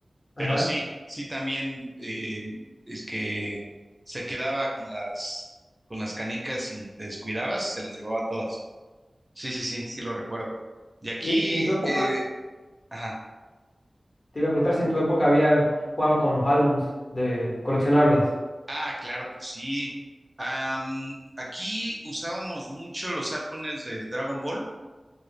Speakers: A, on the left (about 55°); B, on the right (about 15°).
A: Ajá.
B: pero sí, sí también eh, el que se quedaba con las, con las canicas y te descuidabas, se las llevaba todas. Sí, sí, sí, sí lo recuerdo. Y aquí,
A: Y, y en tu época,
B: eh, ajá,
A: te iba a preguntar si en tu época habían jugaban con los álbums de coleccionables,
B: ah, claro que sí. Am, aquí usábamos mucho los álbumes de Dragon Ball.